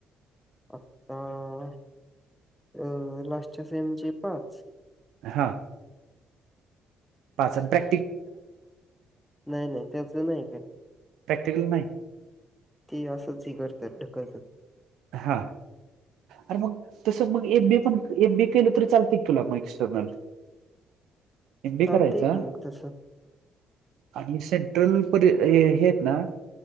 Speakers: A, in the centre; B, on the right.
A: आताऽ अ, लास्टच्या सेमचे पाच,,
B: हां पाचन ब्रे
A: नाही नाही त्याचं नाही काय.
B: प्रॅक्टिकल नाही.
A: ते असंच ह करतात ढकल.
B: हा अरे मग तसं मग एम बी पण एम बी केलं तरी चालते कुला मग एक्सटर्नल. एमबी
A: चालतंय
B: करायचा.
A: की मग तसं
B: आणि सेंट्रल पर हे आहेत ना